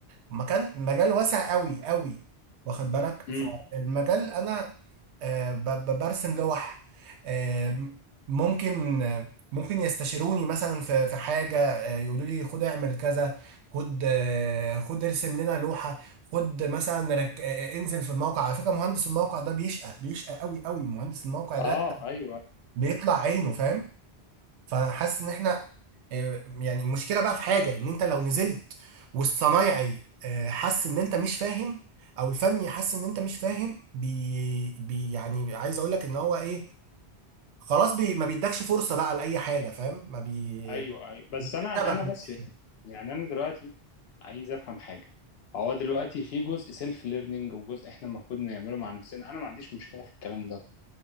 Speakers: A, on the right; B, on the left.
A: مكان مجال واسع قوي قوي واخد بالك
B: امم
A: فالمجال انا آه، ب- ب- برسم لوح آه، ممكن آه، ممكن يستشيروني مثلا في في حاجه آه، يقولوا لي خد اعمل كذا خد آه، خد ارسم لنا لوحه خد مثلا رك... آه، آه، انزل في الموقع على فكره مهندس الموقع ده بيشقى بيشقى قوي قوي مهندس الموقع ده
B: اه ايوه
A: بيطلع عينه فاهم فحاسس ان احنا آه، يعني المشكله بقى في حاجه ان انت لو نزلت والصنايعي آه، حس ان انت مش فاهم او الفني حس ان انت مش فاهم بي, بي يعني عايز اقول لك ان هو ايه خلاص بي ما بيدكش فرصه بقى لاي حاجه فاهم ما بي
B: ايوه ايوه بس
A: بيكتبك
B: انا انا
A: من
B: بس
A: الآخر.
B: يعني انا دلوقتي عايز افهم حاجه هو دلوقتي في جزء سيلف ليرنينج وجزء احنا المفروض نعمله مع نفسنا انا ما عنديش مشكله في الكلام ده